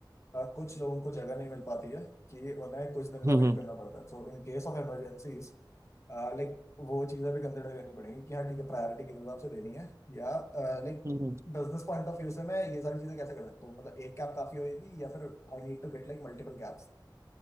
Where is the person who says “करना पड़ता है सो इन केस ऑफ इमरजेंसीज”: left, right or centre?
Left